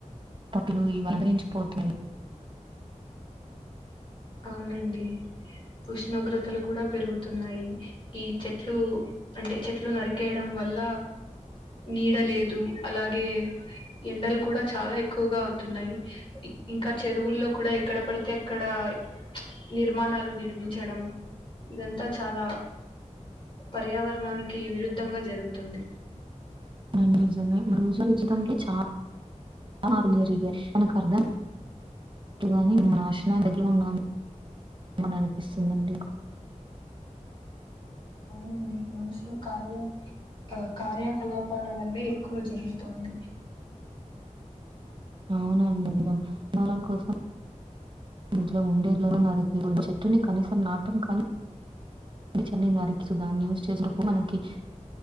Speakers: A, on the right (about 40°); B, on the left (about 40°).
A: పక్షులు అవతరించిపోతున్నాయి
B: అవును అండి ఉష్ణోగ్రత్ తలు కూడా పెరుగుతున్నాయి ఈ చెట్లు అంటే చెట్లు నరికేయడం వల్ల నీడ లేదు అలాగే ఎండలు కూడా చాలా ఎక్కువగా అవు తున్నాయి ఇంకా చెరువుల్లో కూడా ఎక్కడ పడితే అక్కడయ్ నిర్మాణాలు నిర్మించడం ఇదంతా చాలా పర్యావరణానికి విరుద్ధంగాత్ జరుగుతుంది
A: నండిజమే రోజు రోజు తంనే చ ఆ నాకు ఉంది లే జిరే అని కరీంనర్ వాని నాశునాడెడ్ లో ఉన్నాము ఏమన్నా అనిపిస్తుందండి
B: అవునండి మనుషులు కార్యం కార్యకలాపాల వందే ఎక్కువ జరుగుతుంది
A: అవునండి దూరం కోసం ఇంట్లో ఉండేట్లో నరికి ఒక్క చెట్టుని కనీసం నాటం కానీ ఈడిచ్ అన్ని నరికి సో దాన్ని యూస్ చేసినప్పుడు మనకి